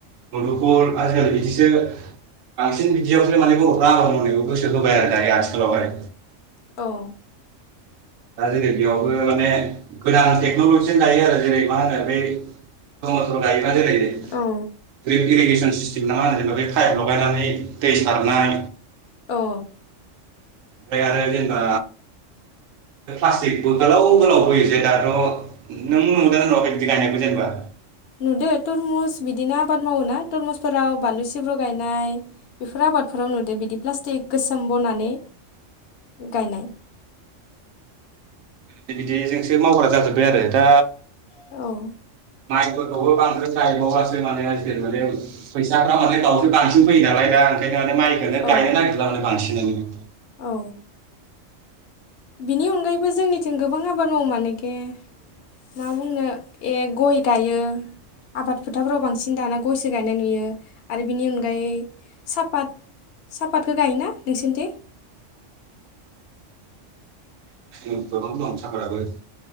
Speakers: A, on the right (about 85°); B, on the left (about 60°).
A: मुदुमफुल आजिखालि बिदिसो बांसिन बिदियावसो माने बर'फ्रा आबाद मावनायखौ गोसो होबाय आरो दायो आथिखालावहाय।
B: औ
A: दा जेरै बेयावबो माने गोदान टेक्न'लजिजों गायो आरो जेरै मा होनो बे मथर गायो <unintelligible>
B: औ
A: <unintelligible> सिसतेम नङा जानो बे पाइप लगायनानै दै सारनाय
B: औ
A: ओमफ्राय आरो जेनेबा प्लास्टिकबो गोलाव गोलाव बोयो दाथ' नों नुदों ना नुआखै बिदि गायनायखौ जेनेबा?
B: नुदो तरमुस बिदिनो आबाद मावोना तरमुसफोराव बानलु सिब्र' गायनाय बेफोर आबादफोराव नुदो बिदि प्लास्टिक गोसोम बनानै गायनाय।
A: बिदिजोंसो मावग्रा जाजोब्बाय आरो दा
B: औ
A: माइफोरखौबो बांद्राय गायबवासो माने आजिखालि माने फैसाफ्रा माने दाउसो बांसिन फैयो नालाय दा ओंखाय माइखौनो
B: औ
A: गायनो नागिरलाबानो बांसिन। <inaudible> <inaudible>
B: औ बिनि अनगायैबो। जबो जोंनिथिं गोबां आबाद मावो मानोखे। मा बुंनो ए गय गायो आबाद फोथारफोराव बांसिन दाना गयसो गायनाय नुयो आरो बिनि अनगायै सापत सापतखौ गायोना नोंसोरनिथि
A: औ गोबां दं साफाद आबो।